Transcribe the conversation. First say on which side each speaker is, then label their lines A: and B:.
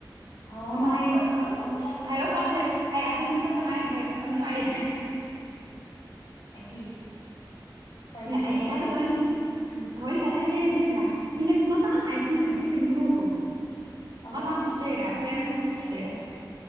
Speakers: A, on the left (about 75°); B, on the right (about 65°).
A: هو هما
B: هم هي
A: هيوافقوا هما هيوافقوا
B: هيوافقوا عشان هي عشان انت مسافره معايا فهيطمنوا عليك
A: <laughs>
B: <laughs>
A: أكيد طيب
B: لا انت
A: إيه
B: عارفه كمان
A: مم.
B: هقول لك على حاجه تانية نسيتها في هناك مطعم عايزين نبقى نفتكر نروحه
A: اه
B: مطعم في الشارع وبيعمل عروض في الشارع